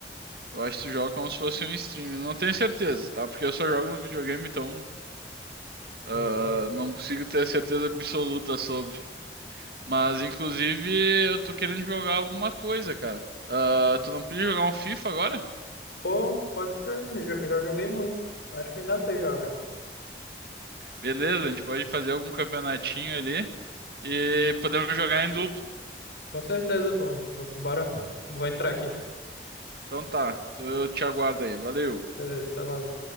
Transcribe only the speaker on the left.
Hum.
Pô, pode ser, jo- já joguei muito. Acho que ainda sei jogar.
Com certeza, pô. Bora, vou entrar aqui.
Beleza, tá lá.